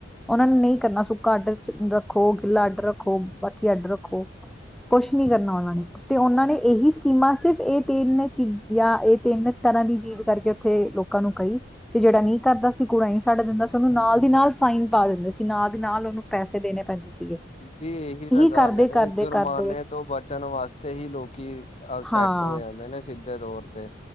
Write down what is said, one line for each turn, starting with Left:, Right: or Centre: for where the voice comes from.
Centre: ਉਹ ਨੂੰ ਨਹੀਂ ਕਰਨਾ ਸੁੱਕਾ ਅੱਡ ਰੱਖੋ, ਗਿੱਲਾ ਅੱਡ ਰੱਖੋ, ਬਾਕੀ ਅੱਡ ਰੱਖੋ। ਕੁਛ ਨੀ ਕਰਨਾ ਉਹਨਾਂ ਨੇ। ਤੇ ਉਹਨਾਂ ਨੇ ਇਹੀ ਸਕੀਮਾਂ ਸਿਰਫ ਇਹ ਤਿੰਨ ਚੀਜ਼ ਜਾਂ ਇਹ ਤਿੰਨ ਤਰ੍ਹਾਂ ਦੀ ਚੀਜ਼ ਕਰਕੇ ਉੱਥੇ ਲੋਕ ਲੋਕਾਂ ਨੂੰ ਕਹੀ ਤੇ ਜਿਹੜਾ ਨੀ ਕਰਦਾ ਸੀ ਕੁੜਾ ਹੀ ਸਾਡਾ ਦਿੰਦਾ ਸੀ ਉਹਨੂੰ ਨਾਲ ਦੀ ਨਾਲ ਫਾਈਨ ਪਾ ਦਿੰਦੇ ਸੀ ਨਾਲ ਦੀ ਨਾਲ ਉਹਨੂੰ ਪੈਸੇ ਦੇਣੇ ਪੈਂ ਦੇ ਸੀਗੇ।
Left: ਜੀ ਇਹੀ ਤਾਂ ਗੱਲ
Centre: ਕਰਦੇ
Left: ਨੇ
Centre: ਕਰਦੇ
Left: ਜੁਰਮਾਨੇ
Centre: ਕਰਦੇ
Left: ਤੋਂ ਬਚਣ ਵਾਸਤੇ ਹੀ ਲੋਕੀ ਸੈੱਟ
Centre: ਹਾਂ
Left: ਹੋ ਜਾਂਦਾ ਨੇ। ਸਿੱਧੇ ਤੌਰ ਤੇ,